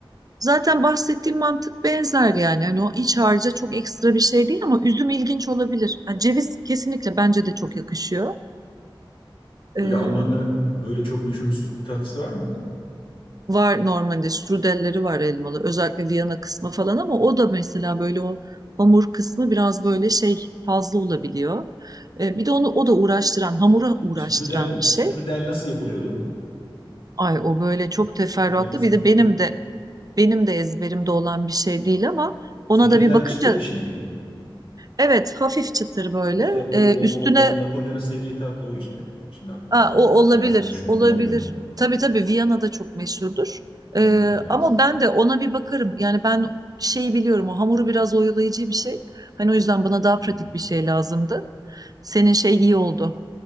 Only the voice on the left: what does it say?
Böyle Almanların böyle çok meşhur bir süt tatlısı var mı?
Strudel,
strudel nasıl yapılıyordu?
Strudel nasıl
yapılıyordu?
Strudel
çıtır bir şey miydi?
İşte o, o,
o, o Napolyon'un sevdiği tatlı o işte. Şimdi aklıma
geldi.
Bayağıdır düşünüyorum
bulamıyordum.
Hı, evet.
Hı,